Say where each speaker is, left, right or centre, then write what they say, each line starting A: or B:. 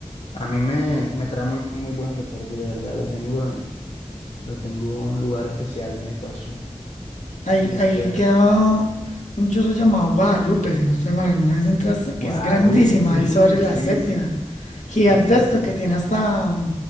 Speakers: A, on the left; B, on the left.
A: a mí me, me trae muy, muy buenos recuerdos, de verdad. Lo tengo, en- lo tengo en un lugar especial en el corazón.
B: Ahí,
A: Muy
B: ahí
A: chévere.
B: quedaba un chuzo llamado Guadalupe, si no estoy mal, alguna vez entraste,
A: Guadalupe,
B: que es grandísima,
A: <laughs> sí,
B: ahí sobre la
A: sí,
B: séptima.
A: sí,
B: Gigantesco,
A: sí, sí, sí.
B: que tiene hasta,